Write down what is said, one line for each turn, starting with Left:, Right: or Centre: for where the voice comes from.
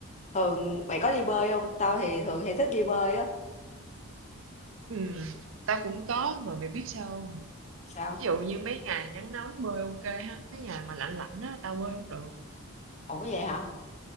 Left: thường mày có đi bơi không? Tao thì thường hay thích đi bơi á
Right: ừ, tao cũng có mà mày biết sao không
Left: Sao?
Right: ví dụ như mấy ngày nắng nóng bơi ok ha mấy ngày mà lạnh lạnh á tao bơi không được
Left: Ủa vậy hả?